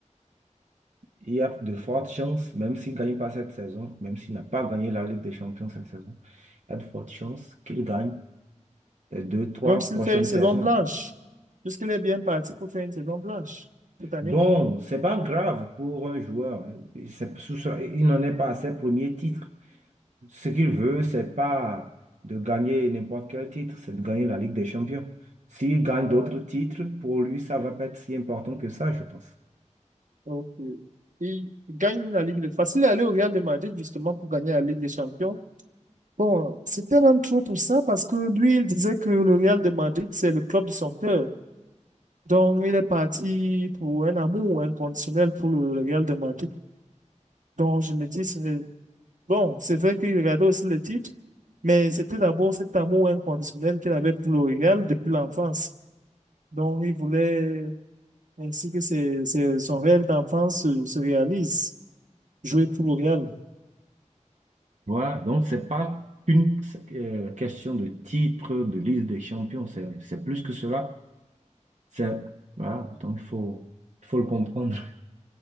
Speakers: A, on the right; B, on the right.
A: Il y a de fortes chances, même s'il ne gagne pas cette saison, même s'il n'a pas gagné la Ligue des Champions cette saison, il y a de fortes chances qu'il gagne les deux, trois
B: Même s'il
A: prochaines
B: fait une saison
A: saisons.
B: blanche,
A: hein.
B: puisqu'il est bien parti pour faire une saison blanche cette année.
A: Bon, c'est pas grave pour un joueur. hein. C'est- ce sera- Il n'en est pas à ses premiers titres. Ce qu'il veut, c'est pas de gagner n'importe quel titre, c'est de gagner la Ligue des Champions. S'il gagne
B: Ah,
A: d'autres titres, pour lui, ça va pas être si important que ça, je pense.
B: ok. Il gagne la Ligue des Facile à aller au Real de Madrid justement pour gagner la Ligue des Champions. Bon, c'était même trop pour ça parce que lui, il disait que le Real de Madrid, c'est le club de son cœur. Donc, il est parti pour un amour inconditionnel pour le, le Real de Madrid. Donc, je me dis, c'est- bon, c'est vrai qu'il regardait aussi le titre, mais c'était d'abord cet amour inconditionnel qu'il avait pour le Real depuis l'enfance. Donc, il voulait ainsi que ses- ses- son rêve d'enfance se, se réalise. jouer pour le Real.
A: Voilà, donc c'est pas qu'une euh, question de titre, de liste des champions, c'est c'est plus que cela. C'est voilà, donc il faut il faut le comprendre. <laughs>